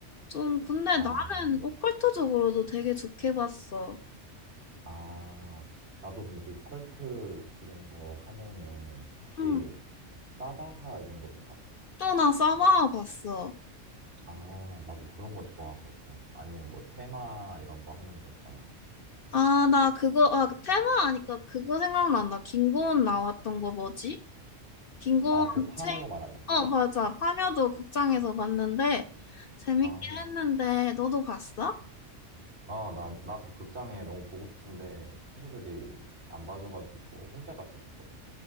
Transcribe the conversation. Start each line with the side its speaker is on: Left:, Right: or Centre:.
Left: 좀 근데
Right: 아,
Left: 나는 오컬트적으로도 되게 좋게 봤어.
Right: 아, 나도 근데 오컬트 이런 거 하면은 혹시
Left: 응.
Right: 사바하 이런 것도 봤어?
Left: 또나 싸바아 봤어.
Right: 아, 나도 그런 거 좋아하거든. 아니면 뭐 테마 이런 거 하는 거 있잖아.
Left: 아, 나 그거, 아, 그 테마 하니까 그거 생각난다. 김고은 나왔던 거 뭐지? 김고은
Right: 아, 그 파묘
Left: 체인,
Right: 말하는
Left: 어,
Right: 거야?
Left: 맞아. 파묘도 극장에서 봤는데, 재밌게
Right: 아,
Left: 했는데, 너도 봤어?
Right: 아, 나, 나 그 극장에 너무 보고 싶은데 친구들이 안 봐줘가지고 혼자 가서 봤거든.